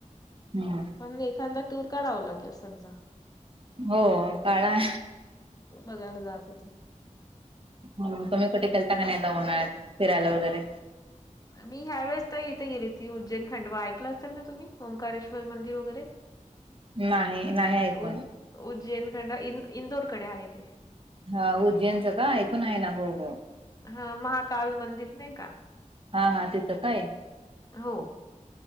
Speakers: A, on the right; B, on the left.
A: हम्म.
B: पण एखादा टूर काढावं लागेल समजा.
A: हो काळा.
B: बघायला जासाठी.
A: हा तुम्ही कुठे केलता का नाही उन्हाळ्यात फिरायला वगैरे.
B: मी ह्या वेळेस त इथे गेली ती उज्जैन खंडवा ऐकलं असेल ना तुम्ही ओकारेश्वर मंदिर वगैरे. <inaudible>
A: नाही नाही ऐकून.
B: उज् उज्जैन खंडवा इंदोरकडे आहे ते.
A: हा उज्जैनचं का ऐकून आहे ना हो हो
B: हा महाकाल मंदिर नाही का.
A: हा हा तिथं काय
B: हो